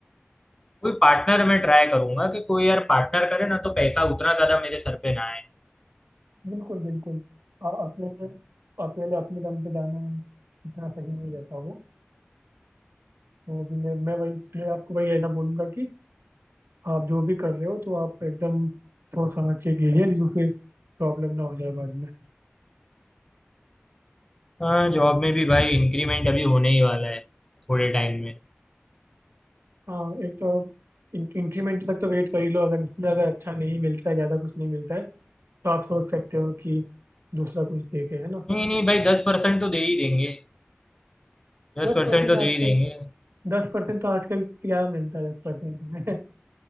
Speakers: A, on the left; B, on the right.
A: कोई पार्टनर मैं ट्राई करूंगा कि कोई यार पार्टनर करे ना तो पैसा उतना ज्यादा मेरे सर पे ना आए
B: बिल्कुल बिल्कुल आ, अकेले अकेले अपने दम पे जाना इतना सही नहीं रहता वो तो भी मैं मैं वही मैं आपको वही है ना बोलूंगा कि आप जो भी कर रहे हो तो आप एकदम सोच समझ के कीजिए नहीं तो फिर प्रॉब्लम ना हो जाए बाद में
A: हाँ जॉब में भी भाई इंक्रीमेंट अभी होने ही वाला है थोड़े टाइम में
B: हाँ एक तो आप इन, इंक्रीमेंट तक तो वेट कर ही लो अगर उसमें अगर अच्छा नहीं मिलता है ज़्यादा कुछ नहीं मिलता है तो आप सोच सकते हो कि दूसरा कुछ देखे है ना
A: नहीं नहीं भाई दस परसेंट तो दे ही देंगे दस
B: दस
A: परसेंट
B: परसेंट
A: तो दे
B: आजकल
A: ही देंगे
B: दस परसेंट तो आजकल क्या मिलता है दस परसेंट में <laughs>